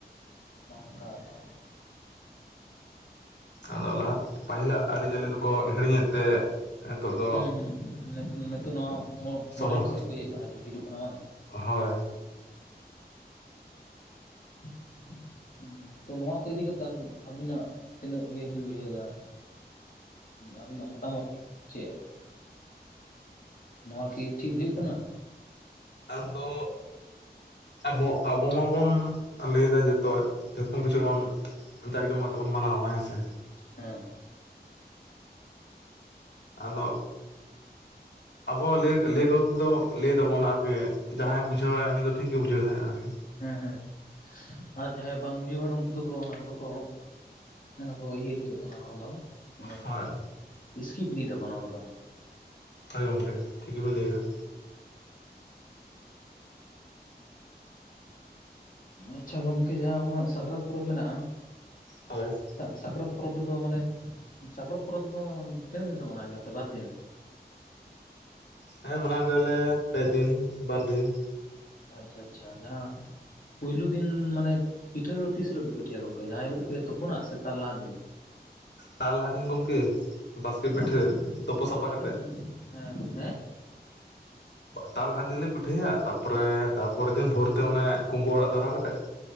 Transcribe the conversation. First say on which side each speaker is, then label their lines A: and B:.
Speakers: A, on the left; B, on the left.
A: ᱚᱱᱮ ᱚᱱᱠᱟ ᱟᱫᱚ
B: ᱟᱫᱚ ᱞᱟᱦᱟ, ᱯᱟᱦᱤᱞᱟᱜ ᱟᱹᱨᱤᱪᱟᱹᱞᱤ ᱫᱚᱠᱚ ᱦᱤᱲᱤᱧᱮᱫ ᱛᱮ ᱱᱤᱛᱚᱜ ᱫᱚ
A: ᱦᱩᱸ ᱦᱩᱸ ᱱᱤᱛ ᱱᱤᱛᱚᱜ ᱱᱚᱣᱟ ᱢᱟᱹ
B: ᱥᱚᱦᱚ
A: ᱢᱟᱹᱲᱟᱹᱱ ᱥᱮᱫ ᱛᱮ ᱤᱭᱟᱹᱜ ᱠᱟᱱᱟ ᱵᱤᱥᱤ ᱦᱤᱡᱩᱜ ᱠᱟᱱᱟ ᱵᱟᱝ?
B: ᱦᱳᱭ ᱾
A: <inaudible> ᱛᱚ ᱱᱚᱶᱟ ᱠᱚ ᱤᱫᱤ ᱠᱟᱛᱮᱜ ᱟᱵᱤᱱ ᱟᱵᱤᱱᱟᱜ ᱛᱤᱱᱟᱹᱜ ᱤᱭᱟᱹ ᱵᱤᱱ ᱵᱩᱡᱷᱟᱹᱣ ᱮᱫᱟ? ᱟᱹᱵᱤᱱᱟᱜ ᱢᱚᱛᱟᱢᱚᱛ ᱪᱮᱫ? ᱱᱚᱶᱟ ᱠᱤ ᱴᱷᱤᱠ ᱦᱩᱭᱩᱜ ᱠᱟᱱᱟ?
B: ᱟᱢᱫᱚ ᱟᱵᱚ ᱟᱵᱚ ᱢᱟᱵᱚᱱ ᱞᱟᱹᱭᱮᱫᱟ ᱡᱚᱛᱚ ᱡᱚᱛᱚ ᱠᱤᱪᱷᱩ ᱵᱚᱱ ᱡᱟᱠ ᱡᱚᱢᱚᱠ ᱟᱛᱮᱫ ᱵᱚᱱ ᱢᱟᱱᱟᱣᱢᱟ ᱦᱮᱸ ᱥᱮ?
A: ᱦᱮᱸ।
B: ᱟᱫᱚ ᱟᱵᱚᱣᱟᱜ ᱞᱟᱹᱭ ᱞᱟᱹᱭ ᱜᱚᱫ ᱫᱚ ᱞᱟᱹᱭ ᱫᱟᱵᱚᱱ ᱟᱨᱠᱤ ᱡᱟᱦᱟᱸᱭᱮ ᱵᱩᱡᱷᱟᱹᱣᱟᱭ ᱩᱱᱤ ᱫᱚ ᱴᱷᱤᱠ ᱜᱮᱭ ᱵᱩᱡᱷᱟᱹᱣᱫᱟᱭ ᱟᱨᱠᱤ᱾
A: ᱦᱮᱸ ᱦᱮᱸ, ᱟᱨ ᱡᱟᱦᱟᱸᱭ ᱵᱟᱝ ᱵᱩᱡᱷᱟᱹᱣ ᱦᱚᱲ ᱩᱱᱠᱩ ᱫᱚᱠᱚ ᱚᱱᱟ ᱠᱚᱫᱚ ᱠᱚ ᱢᱟᱱᱮ ᱠᱚ ᱤᱭᱟᱹ ᱤᱫᱤ ᱠᱟᱜ ᱠᱟᱱᱟ ᱚᱱᱟ ᱠᱚᱫᱚ ᱢᱟᱱᱮ
B: ᱦᱳᱭ
A: ᱤᱥᱠᱤᱯ ᱤᱫᱤ ᱮᱫᱟ ᱠᱚ ᱚᱱᱟ ᱠᱚᱫᱚ᱾
B: ᱦᱳᱭ ᱜᱚᱝᱠᱮ ᱴᱷᱤᱠ ᱜᱮᱵᱤᱱ ᱞᱟᱹᱭᱮᱫᱟ᱾
A: ᱟᱪᱪᱷᱟ ᱜᱚᱢᱠᱮ ᱡᱟᱦᱟᱸ ᱟᱵᱚᱱᱟᱜ ᱥᱟᱠᱨᱟᱛ ᱯᱚᱨᱚᱵᱽ ᱢᱮᱱᱟᱜᱼᱟ᱾
B: ᱦᱳᱭ᱾
A: ᱥᱟ ᱥᱟᱠᱨᱟᱛ ᱯᱚᱨᱚᱵᱽ ᱨᱮᱫᱚ ᱢᱟᱱᱮ ᱥᱟᱠᱨᱟᱛ ᱯᱚᱨᱚᱵᱽ ᱫᱚ ᱛᱤᱱᱟᱹᱜ ᱫᱤᱱ ᱯᱮ ᱢᱟᱱᱟᱣ ᱜᱮᱭᱟ ᱚᱱᱛᱮ ᱵᱟᱨ ᱫᱤᱱ?
B: ᱦᱮᱸ, ᱢᱟᱱᱟᱣ ᱜᱮᱭᱟᱞᱮ ᱯᱮ ᱫᱤᱱ ᱵᱟᱨ ᱫᱤᱱ।
A: ᱟᱪᱪᱷᱟ ᱟᱪᱪᱷᱟ ᱡᱟᱦᱟᱸ ᱯᱳᱭᱞᱩ ᱫᱤᱱ ᱢᱟᱱᱮ ᱯᱤᱴᱷᱟᱹ ᱫᱚ ᱛᱤᱥ ᱦᱤᱞᱳᱜ ᱯᱮ ᱯᱤᱴᱷᱟᱹᱭᱟ ᱜᱚᱢᱠᱮ ᱡᱟᱦᱟᱸ ᱦᱤᱞᱳᱜ ᱯᱮ ᱛᱳᱯᱳᱱᱟ ᱥᱮ ᱛᱟᱨ ᱞᱟᱦᱟ ᱫᱤᱱ?
B: ᱛᱟᱨ ᱞᱟᱦᱟ ᱫᱤᱱ ᱜᱚᱝᱠᱮ ᱵᱟᱥᱠᱮ
A: ᱛᱟᱨ
B: ᱯᱤᱴᱷᱟᱹ
A: ᱞᱟᱦᱟ ᱫᱤᱱ
B: ᱛᱳᱯᱳ
A: ᱛᱟᱨ
B: ᱥᱟᱯᱷᱟ
A: ᱞᱟᱦᱟ
B: ᱠᱟᱛᱮᱫ᱾
A: ᱫᱤᱱ ᱚᱱ ᱦᱮᱸ, ᱦᱮᱸ?
B: ᱛᱟᱨ ᱞᱟᱦᱟ ᱫᱤᱱᱞᱮ ᱯᱤᱴᱷᱟᱹᱭᱟ ᱛᱟᱨᱯᱚᱨᱮ ᱛᱟᱨᱯᱚᱨᱮᱨ ᱫᱤᱱ ᱵᱷᱳᱨᱛᱮ ᱚᱱᱮ ᱠᱩᱢᱵᱟᱹ ᱚᱲᱟᱜ ᱫᱷᱚᱨᱟᱣ ᱠᱟᱛᱮᱫ।